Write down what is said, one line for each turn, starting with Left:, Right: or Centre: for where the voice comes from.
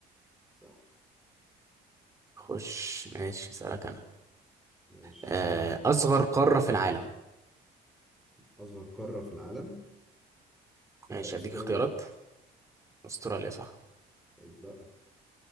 Centre: صح
Right: خش ماشي اسألك أنا
Centre: ماشي
Right: آه، أصغر قارة في العالم
Centre: أصغر قارة في العالم
Right: ماشي
Centre: آه، أستراليا
Right: أديك اختيارات أستراليا صح
Centre: عيب بقى